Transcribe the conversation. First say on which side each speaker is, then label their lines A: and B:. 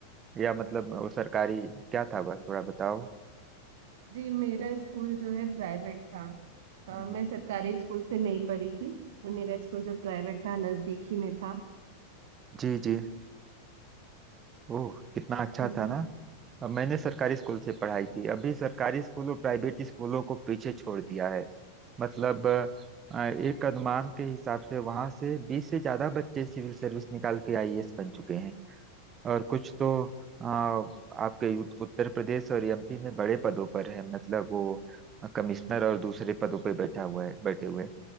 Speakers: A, on the right; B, on the right.
A: या मतलब वो सरकारी क्या था वह थोड़ा बताओ
B: जी मेरा स्कूल जो है प्राइवेट था अ,
A: हम्म
B: मैं सरकारी स्कूल से नहीं पढ़ी थी मेरा स्कूल जो प्राइवेट था नजदीक ही में था
A: जी जी ओह कितना अच्छा
B: जी
A: था ना अब मैंने सरकारी स्कूल से पढ़ाई की अभी सरकारी स्कूल और प्राइवेट स्कूलों को पीछे छोड़ दिया है मतलब अ, एक अनुमान के हिसाब से वहां से बीस से ज्यादा बच्चे सिविल सर्विस निकाल के आईएएस बन चुके हैं और कुछ तो आ, आपके उत- उत्तर प्रदेश और एमपी में बड़े पदों पर है मतलब वो कमिश्नर और दूसरे पदों पर बैठा हुआ है बैठे हुए हैं।